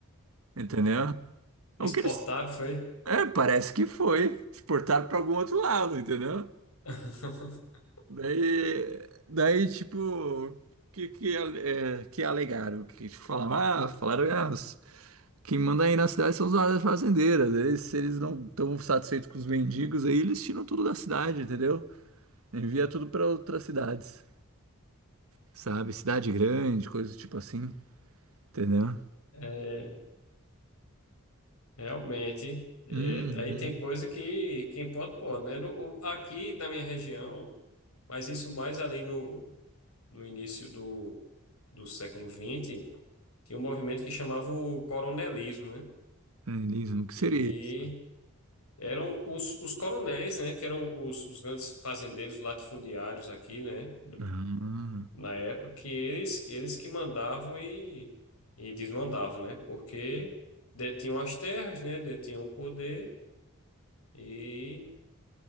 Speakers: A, on the right; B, on the left.
A: entendeu?
B: Exportado
A: O que eles,
B: foi?
A: é, parece que foi, exportaram para algum outro lado, entendeu?
B: <laughs>
A: Daí, daí tipo, que que, é, que alegaram? Que tipo, falaram, ah, falaram, ah, os- Quem manda aí na cidade são os áreas fazendeiras. Eles, se eles não estão satisfeitos com os mendigos aí, eles tiram tudo da cidade, entendeu? Envia tudo para outras cidades, sabe? Cidade grande, coisa tipo assim, entendeu?
B: É, realmente. É,
A: Uhum.
B: aí tem coisa que quem pode, pode, né? No- o- aqui na minha região, mas isso mais ali no, no início do, do século vinte tinha um movimento que chamava o coronelismo, né?
A: É, Liso, o que seria
B: E
A: isso?
B: eram os, os coronéis, né? Que eram os, os grandes fazendeiros latifundiários aqui, né?
A: Ah,
B: na época que eles, eles que mandavam e, e desmandavam, né? Porque detinham as terras, né? Detinham o poder e